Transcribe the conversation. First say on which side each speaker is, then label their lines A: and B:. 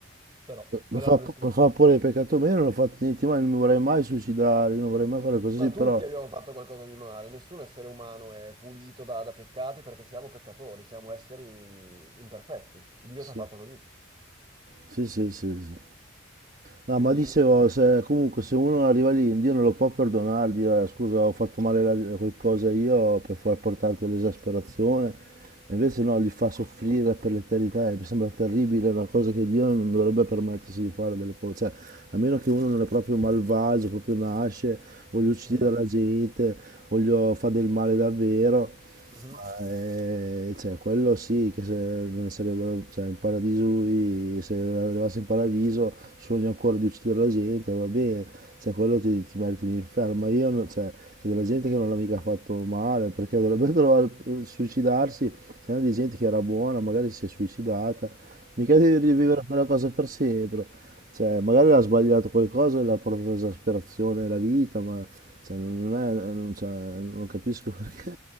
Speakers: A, on the right; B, on the right.
A: però me
B: Per
A: l'hanno
B: far,
A: descritto
B: per far
A: così.
B: pure il peccato meno non ho fatto niente, ma non mi vorrei mai suicidare, non vorrei mai fare cose
A: Ma
B: così,
A: tutti
B: però...
A: abbiamo fatto qualcosa di male, nessun essere umano è pulito da, da peccati perché siamo peccatori, siamo esseri imperfetti. Dio
B: Sì,
A: ci ha fatto così.
B: sì, sì, sì. sì. No,
A: E
B: ma
A: quindi,
B: dicevo,
A: cioè,
B: se- comunque se uno arriva lì, Dio non lo può perdonare, dire "Eh, scusa ho fatto male la- qualcosa io per far portarti all'esasperazione, E invece no, li fa soffrire per l'eternità, e mi sembra terribile, è una cosa che Dio non dovrebbe permettersi di fare delle cose, cioè a meno che uno non è proprio malvagio, proprio nasce, voglio uccidere
A: esatto.
B: la gente, voglio fare del male davvero.
A: Mhm.
B: Ma, eh, cioè, quello sì, che se non sarebbero, cioè, in paradiso lui, se arrivasse in paradiso, sogna ancora di uccidere la gente, va bene, cioè, quello ti, ti meriti l'inferno, ma io, no- cioè, c'è della gente che non l'ha mica fatto male, perché dovrebbe <laughs> trovare, suicidarsi, c'è di gente che era buona, magari si è suicidata, mica devi rivivere quella cosa per sempre. Cioè, magari ha sbagliato qualcosa e l'ha portato all'esasperazione la vita, ma cioè, non è, non, cioè, non capisco <laughs> perché